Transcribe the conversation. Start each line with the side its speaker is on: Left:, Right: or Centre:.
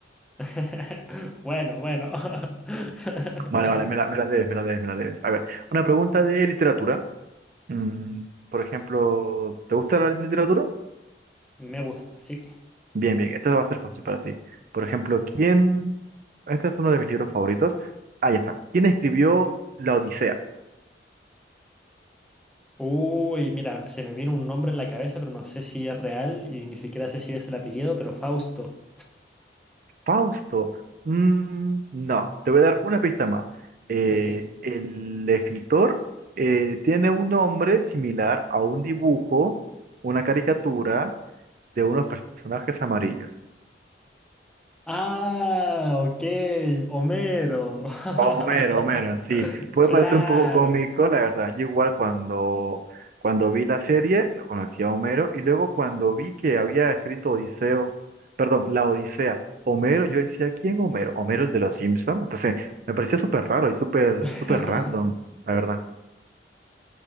Centre: <laughs> Bueno, bueno. <laughs>
Right: Vale, vale, me la, me la debes, me la debes, me la debes. A ver, una pregunta de literatura. Mm, por ejemplo, ¿te gusta la literatura?
Centre: Me gusta, sí.
Right: Bien, bien, esta va a ser fácil para ti. Por ejemplo, ¿quién? Este es uno de mis libros favoritos. Ahí está. ¿Quién escribió La Odisea?
Centre: Uy, mira, se me vino un nombre en la cabeza, pero no sé si es real y ni siquiera sé si es el apellido, pero Fausto.
Right: Fausto. Mm, no, te voy a dar una pista más. Eh,
Centre: Ok.
Right: el escritor eh, tiene un nombre similar a un dibujo, una caricatura de unos personajes amarillos.
Centre: Ah, ok, Homero.
Right: Homero,
Centre: <laughs>
Right: Homero, sí. Puede
Centre: Claro.
Right: parecer un poco cómico, la verdad. Yo igual cuando, cuando vi la serie, lo conocía a Homero, y luego cuando vi que había escrito Odiseo, perdón, la Odisea, Homero, yo decía, ¿quién Homero? Homero el de los Simpsons. Entonces, me parecía súper raro y súper,
Centre: <laughs>
Right: súper random, la verdad.